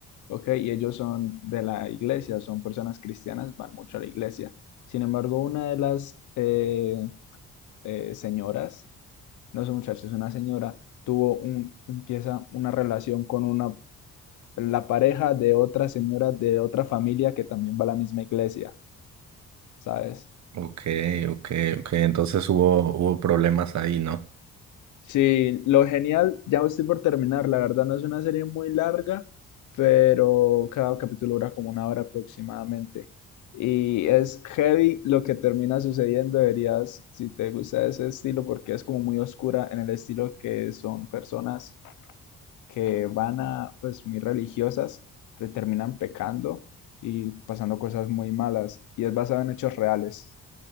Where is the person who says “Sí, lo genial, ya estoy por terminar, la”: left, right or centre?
Left